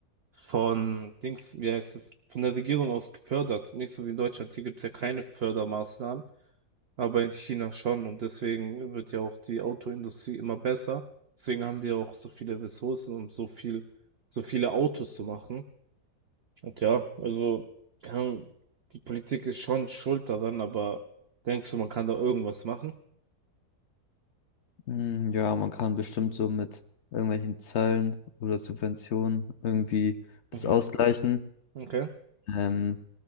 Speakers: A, on the right (about 60°); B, on the left (about 60°).
A: von Dings, wie heißt es, von der Regierung aus gefördert. Nicht so wie in Deutschland. Hier gibt es ja keine Fördermaßnahmen, aber in China schon. Und deswegen wird ja auch die Autoindustrie immer besser. Deswegen haben die auch so viele Ressourcen, um so viel, so viele Autos zu machen. Und ja, also kann, die Politik ist schon schuld daran, aber denkst du, man kann da irgendwas machen?
B: Hm, Ja, man kann bestimmt so mit irgendwelchen Zöllen oder Subventionen irgendwie das
A: Mhm.
B: ausgleichen.
A: Okay.
B: Ähm,